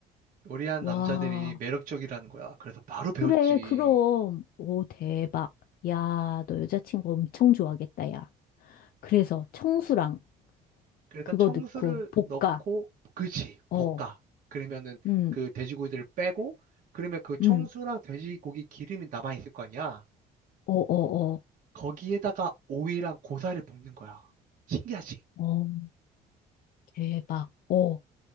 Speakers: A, on the right; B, on the left.
A: 요리하는
B: 와,
A: 남자들이 매력적이라는 거야. 그래서 바로 배웠지.
B: 그래, 그럼. 오, 대박. 야, 너 여자친구 엄청 좋아하겠다, 야. 그래서 청수랑
A: 그래서
B: 그거
A: 청수를
B: 넣고 볶아.
A: 넣고 그치
B: 어.
A: 볶아 그러면은
B: 응
A: 그 돼지고기들을 빼고 그러면 그 청수랑
B: 응.
A: 돼지고기 기름이 남아 있을 거 아니야
B: 어, 어, 어.
A: 거기에다가 오이랑 고사를 볶는 거야 신기하지
B: 어. 대박. 어.